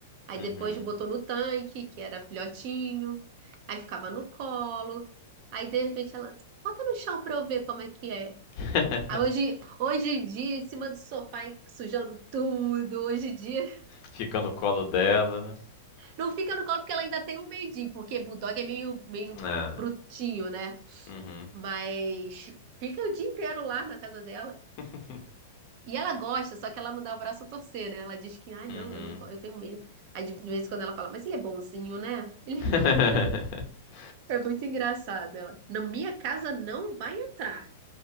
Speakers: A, on the right; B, on the left.
A: Aí
B: Uhum.
A: depois botou no tanque, que era filhotinho. Aí ficava no colo. Aí de repente ela, bota no chão pra eu ver como é que é.
B: <laughs>
A: Aí hoje, hoje em dia, em cima do sofá, hein, sujando tudo. Hoje em dia,
B: Fica no colo dela, né?
A: não fica no colo porque ela ainda tem um medinho, porque bulldog é meio, meio
B: Ah.
A: brutinho, né?
B: Uhum.
A: Mas fica o dia inteiro lá na casa dela,
B: <laughs>
A: E ela gosta, só que ela não dá o braço a torcer, né? Ela diz que, ai,
B: Uhum.
A: não, eu não, go- eu tenho medo. Aí de de vez em quando ela fala, mas ele é bonzinho, né? Ele
B: <laughs>
A: é bom. <laughs> É muito engraçado. Ela, na minha casa não vai entrar.